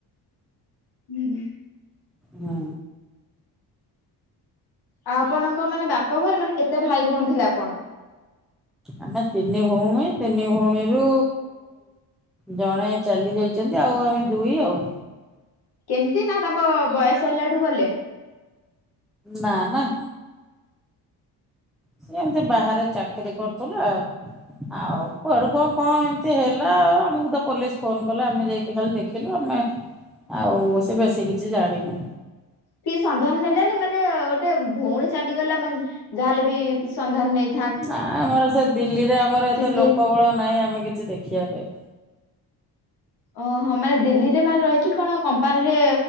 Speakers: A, on the left (about 65°); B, in the centre.
A: ହୁଁ।
B: ହୁଁ।
A: ଆଉ ଆପଣଙ୍କ ମାନେ ବାପ ଘରେ ମାନେ କେତେ ଭାଇ ଭଉଣୀ ଥିଲେ ଆପଣ।
B: ଆମେ ତିନି ଭଉଣୀ ତିନି ଭଉଣୀରୁ ଜଣେ ଚାଲି ଯାଚନ୍ତି ଆଉ ଆମେ ଦୁଇ ଆଉ।
A: କେମିତି ନା ତାଙ୍କ ବୟସ ହେଲାଠୁ ଗଲେ।
B: ନାଁ ନାଁ। ସେ ଏମିତି ବାହାରେ ଚାକିରୀ କରୁଥିଲା ଆଉ କୁଆଡୁ କଣ କଣ ଏମିତି ହେଲା ଆଉ ଆମକୁ ତ ପୋଲିସ ଫୋନ କଲା ଆମେ ଯାଇକି ଖାଲି ଦେଖ ଖିଲୁ ଆମେ ଆଉ ସେ ବେଶୀ କିଛି ଜାଣିନୁ।
A: କି ସନ୍ଧାନ ନେଲେନି ମାନେ ଗୋଟେ ଭୋଉଣୀ ଚାଲିଗଲା ମାନେ ଯାହା ହେଲେ ବି କି ସନ୍ଧାନ ନେଇ
B: ନା ଆମର ସେ ଦିଲ୍ଲୀରେ ଆମର ଏତେ
A: କିଏ?
B: ଲୋକ ବଳ ନାହିଁ ଆମେ କିଛି ଦେଖିବା ପାଇଁ।
A: ଓହୋ ମାନେ ଦିଲ୍ଲୀରେ ମାନେ ରହିକି କଣ କମ୍ପାନୀରେ